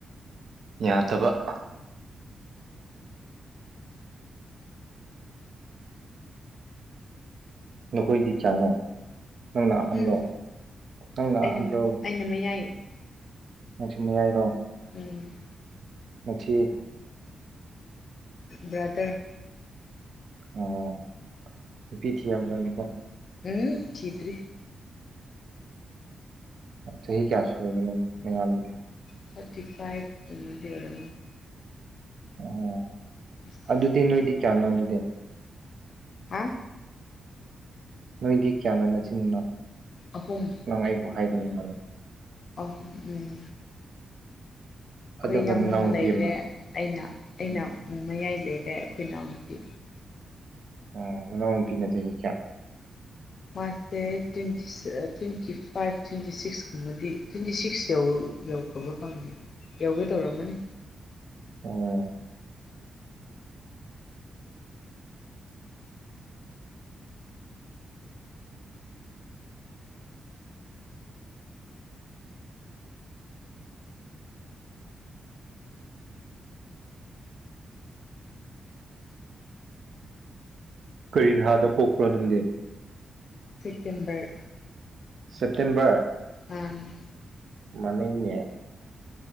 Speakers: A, on the right; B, on the left.
A: ꯌꯥꯗꯕ <inaudible> ꯅꯈꯣꯏꯗꯤ ꯀꯌꯥꯅꯣ ꯅꯪꯅ ꯑꯍꯟꯗꯣ
B: ꯎꯝ
A: ꯅꯪꯅ
B: ꯑꯩꯅ
A: ꯑꯍꯟꯗꯣ
B: ꯑꯩꯅ ꯃꯌꯥꯏ
A: ꯑ ꯁꯨꯝꯅ ꯌꯥꯏꯔꯣ
B: ꯎꯝ
A: ꯃꯆ
B: ꯕ꯭ꯔꯥꯗꯔ
A: ꯑꯣ ꯅꯤꯄꯤ ꯊꯤꯔꯝꯂꯥꯅꯤꯀꯣ
B: ꯎꯝ ꯊꯤꯇꯔꯤ
A: ꯆꯍꯤ ꯀꯌꯥ ꯁꯨꯔꯒꯦ ꯅꯪ ꯃꯉꯌꯥꯝꯕꯗꯤ
B: ꯊꯥꯔꯇꯤ ꯐꯥꯏꯚꯗꯤ ꯑꯣꯏꯔ
A: ꯑꯣ
B: ꯁꯤꯛꯁ
A: ꯑꯗꯨꯗꯤ ꯅꯣꯏꯗꯤ ꯀꯌꯥꯅꯣ ꯑꯗꯨꯗꯤ
B: ꯍꯥ
A: ꯅꯣꯏꯗꯤ ꯀꯌꯥꯅꯣ ꯅꯆꯤꯟꯗꯨꯅ
B: ꯑꯍꯨꯝ
A: ꯅꯪ ꯑꯩꯕꯨ ꯍꯥꯏꯔꯒꯕꯅꯤ
B: ꯑꯍꯨꯝ ꯑꯩꯈꯣꯏ
A: ꯑꯗꯨꯒ
B: ꯌꯥꯝꯌꯥꯝꯃ
A: ꯅꯅꯥꯎꯅꯨꯄꯤ
B: ꯂꯩꯔꯦ
A: ꯑꯃ
B: ꯑꯩꯅ ꯑꯩꯅ
A: ꯎꯝ
B: ꯃꯌꯥꯏ ꯂꯩꯔ ꯑꯩꯈꯣꯏ ꯏꯅꯥꯎ ꯅꯨꯨꯄꯤ
A: ꯑꯣ ꯃꯅꯥꯎꯅꯨꯄꯤꯅ ꯆꯍꯤ ꯀꯌꯥ
B: ꯃꯥꯦ ꯇ꯭ꯋꯦꯟꯇꯤ ꯇ꯭ꯋꯦꯟꯇꯤ ꯐꯥꯏꯚ ꯇ꯭ꯋꯦꯟꯇꯤ ꯁꯤꯛꯁꯀꯨꯝꯕꯗꯤ ꯇ꯭ꯋꯦꯟꯇꯤ ꯁꯤꯛꯁ ꯌꯧꯔ ꯌꯧꯈꯕ ꯐꯪꯗꯦ ꯌꯧꯒꯦ ꯇꯧꯔꯝꯃꯅꯤ
A: ꯑꯣ ꯀꯔꯤ ꯊꯥꯗ ꯄꯣꯛꯄ꯭ꯔꯣ ꯅꯪꯗꯦ
B: ꯁꯦꯇꯦꯝꯕꯔ
A: ꯁꯦꯞꯇꯦꯝꯕꯔ
B: ꯎꯝ
A: ꯃꯅꯅꯦ